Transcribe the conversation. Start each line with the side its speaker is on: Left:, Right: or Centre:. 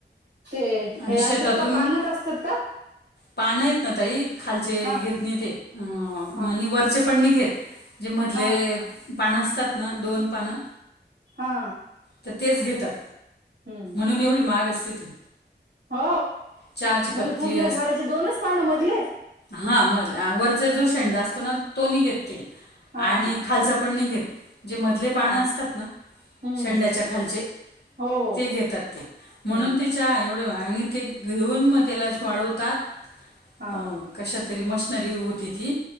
Right: ते
Left: आणि
Right: हे
Left: शेतातून
Right: असतात का पानच असतात का
Left: पानं येत ना ताई खालचे
Right: हा
Left: घेत नाही ते अ म्हणे
Right: हा
Left: वरचे पण नाही घेत. जे मधले
Right: हा
Left: पान असत <unintelligible> त ना दोन पान
Right: हा
Left: तर तेच घेतात.
Right: हम्म
Left: म्हणून एवढी महाग असते ती.
Right: हो
Left: चहाची
Right: म्हणजे
Left: पत्ती
Right: पुर्ण झाडाचे दोनच पानं मधले.
Left: हा म वरचा जो शेंडा असतो ना तो नाही घेत ते
Right: हा
Left: आणि
Right: हा
Left: खालसा पण नाही घेत जे मधले पाणं
Right: हा
Left: असतात ना
Right: हम्म
Left: शंड्याच्या खालचे
Right: हो हो
Left: ते घेतात. म्हणून
Right: हम्म
Left: ती चहा एवढी आणि ते घेऊन मग त्याला वाढवतात.
Right: हा
Left: अ कशात तरी मशनरी होती ती.